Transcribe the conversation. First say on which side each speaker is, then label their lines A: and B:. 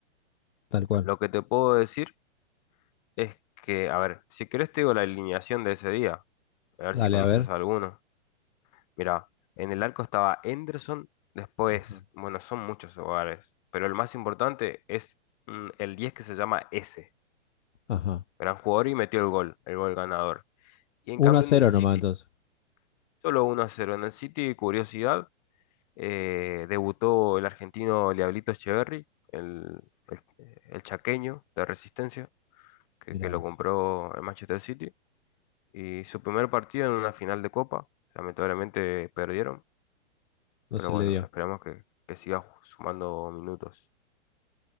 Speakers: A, on the left; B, on the left.
A: tal cual.
B: Lo que te puedo decir es que, a ver, si querés te digo la alineación de ese día, a ver
A: Dale,
B: si conoces
A: a ver.
B: a alguno. Mira, en el arco estaba Henderson, después,
A: Ajá,
B: bueno, son muchos hogares, pero el más importante es mm, el 10 que se llama S,
A: ajá.
B: gran jugador y metió el gol, el gol ganador. Y en
A: uno
B: cambio
A: a 0
B: en el City
A: nomás entonces.
B: Solo 1 a 0 en el City, curiosidad, eh, debutó el argentino Liablito Echeverri, el, el- el chaqueño de Resistencia, que,
A: Mirá
B: que lo
A: vos.
B: compró el Manchester City, y su primer partido en una final de Copa, lamentablemente perdieron,
A: No
B: pero
A: se
B: bueno,
A: le dio.
B: esperamos que, que siga sumando minutos.